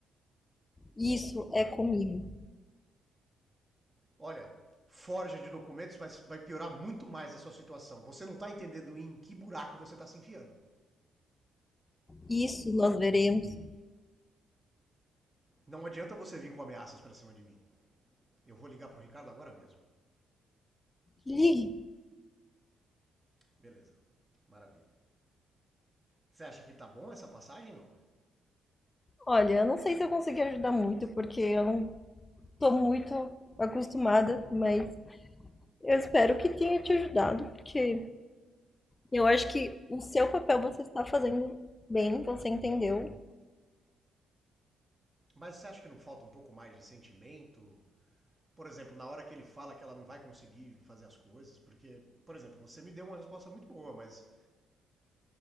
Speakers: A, on the left; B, on the right.
A: Isso é comigo.
B: Olha, forja de documentos vai, vai piorar muito mais a sua situação. Você não está entendendo em que buraco você está se enfiando.
A: Isso nós veremos.
B: Não adianta você vir com ameaças para cima de mim. Eu vou ligar pro Ricardo agora mesmo.
A: Ligue.
B: Beleza. Maravilha. Você acha que tá bom essa passagem, não?
A: Olha, eu não sei se eu consegui ajudar muito, porque eu não tô muito acostumada, mas Eu espero que tenha te ajudado, porque eu acho que o seu papel você está fazendo bem, você entendeu,
B: Mas você acha que não falta um pouco mais de sentimento, Por exemplo, na hora que ele fala que ela não vai conseguir fazer as coisas, porque, por exemplo, você me deu uma resposta muito boa, mas